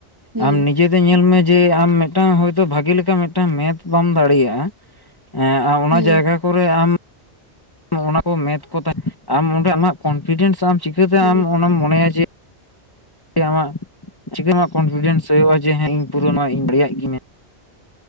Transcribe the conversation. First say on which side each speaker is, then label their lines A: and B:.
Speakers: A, on the right (about 15°); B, on the left (about 20°).
A: ᱦᱩᱸ
B: ᱟᱢ ᱱᱤᱡ ᱡᱮᱛᱮ ᱧᱮᱞ ᱢᱮ ᱡᱮ ᱟᱢ ᱢᱤᱫᱴᱟᱝ ᱦᱳᱭᱛᱳ ᱵᱷᱟᱜᱮ ᱞᱮᱠᱟ, ᱢᱤᱫᱴᱟᱝ ᱢᱮᱛᱷ ᱵᱟᱢ ᱫᱟᱲᱮᱭᱟᱜᱼᱟ᱾ ᱮᱸᱜ ᱟᱢ ᱚᱱᱟ
A: ᱦᱩᱸ
B: ᱡᱟᱭᱜᱟ ᱠᱚᱨᱮ ᱟᱢ ᱚᱱᱟ ᱠᱚ ᱢᱮᱛᱷ ᱠᱚ ᱛᱟᱦᱮᱸ ᱟᱢ ᱚᱸᱰᱮ ᱟᱢᱟᱜ, ᱠᱚᱱᱯᱷᱤᱰᱮᱱᱥ ᱟᱢ ᱪᱤᱠᱟᱹᱛᱮ
A: ᱦᱩᱸ
B: ᱟᱢ ᱚᱱᱟᱢ ᱢᱚᱱᱮᱭᱟ ᱡᱮ ᱡᱮ ᱟᱢᱟᱜ ᱪᱤᱠᱟᱹ ᱟᱢᱟᱜ ᱠᱚᱱᱯᱷᱤᱰᱮᱱᱥ ᱦᱩᱭᱩᱜᱼᱟ, ᱡᱮ ᱦᱮᱸ ᱤᱧ ᱯᱩᱨᱟᱹ ᱱᱚᱣᱟ ᱤᱧ ᱫᱟᱲᱮᱭᱟᱜ ᱜᱤᱭᱟᱹᱧ ᱢᱮᱱᱛᱮ᱾